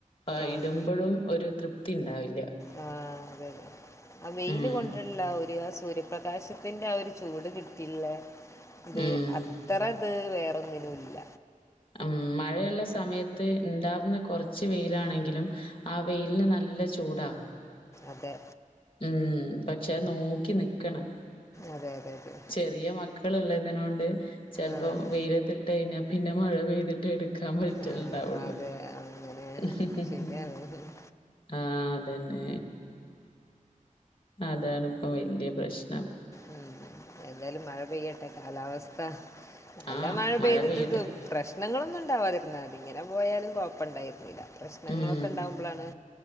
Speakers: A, on the left; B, on the left.
A: ആ
B: ആഹ്
A: ഇടുമ്പോഴും ഒരു തൃപ് ത്തിണ്ടാവില്ല.
B: ആഹ് അതന്നെ ആ വെയില്
A: ഉം
B: കൊണ്ടുള്ളോരു ആ സൂര്യ പ്രകാശത്തിന്റെ ആ ഒരു ചൂട് കിട്ടില്ല ഇത്
A: ഉം
B: അത്ര ത് വേറൊന്നിനൂല്ല.
A: ഉം മഴയുള്ള സമയത്ത് ഇണ്ടാവുന്ന കൊറച്ച് വെയിലാണെങ്കിലും ആഹ് വെയില്ന് നല്ല ചൂടാ.
B: അതെ
A: ഉം പക്ഷെ നോക്കി നിക്കണം.
B: അതെ അതെ അതെ.
A: ചെറിയ മക്കള് ഉള്ളതിനോണ്ട് ചെല്‌പോ
B: ആഹ്
A: വെയിലത്തിട്ടഴിഞ്ഞാ പിന്നെ മഴ പെയ്തിട്ട് എടുക്കാൻ പറ്റല്
B: ആഹ്
A: ഇണ്ടാവുള്ളു
B: അതെ അങ്ങനെ
A: ഇഹ് ഇഹ്.
B: ശരിയാണ്
A: ആഹ് അതന്നെ. അതാണ് ഇപ്പോ വെല്ല്യ പ്രശ്നം.
B: ഉം എന്തായാലും മഴ പെയ്യട്ടെ, കാലാവസ്ഥ നല്ല
A: ആഹ്
B: മഴ പെയ്തിട്ടിത്.
A: പെയ്യട്ടെ.
B: പ്രശ്നങ്ങളൊന്നുണ്ടാവാതിരുന്നാതി ഇങ്ങനെ പോയാലും കൊഴപ്പം ഇണ്ടായിരുന്നില്ല. പ്രശ്നങ്ങളൊക്കെ
A: ഉം.
B: ഇണ്ടാവുമ്പളാണ്